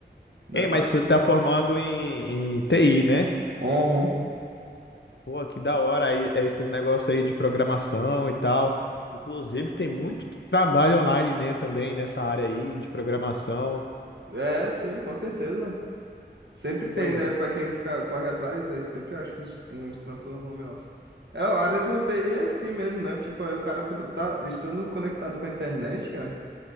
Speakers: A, on the right; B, on the left.
A: Não
B: Ei,
A: é fácil,
B: mas você tá formando em, em TI, né?
A: Uhum.
B: Pô, que da hora aí, é esses negócios aí de programação e tal. Inclusive, tem muito trabalho online, né, também nessa área aí de programação.
A: não. É, sim, com certeza. Sempre tem,
B: Pois.
A: né? Pra quem fica, corre atrás, aí sempre acha uns, uns trampos no home office. É, a área do TI é assim mesmo, né? Tipo, aí o cara quando tá estando conectado com a internet, cara,